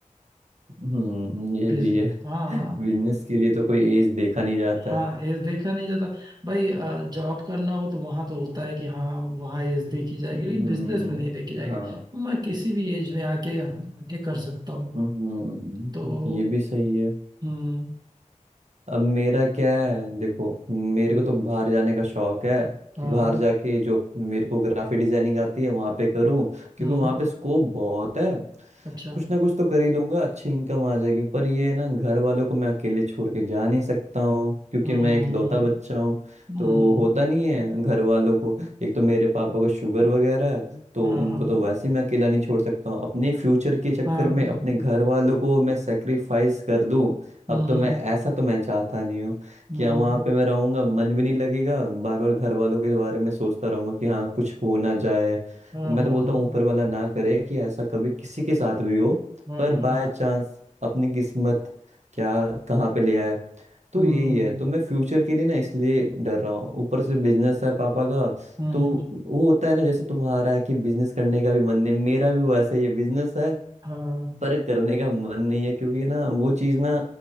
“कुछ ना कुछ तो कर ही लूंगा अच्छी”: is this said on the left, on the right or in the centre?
Right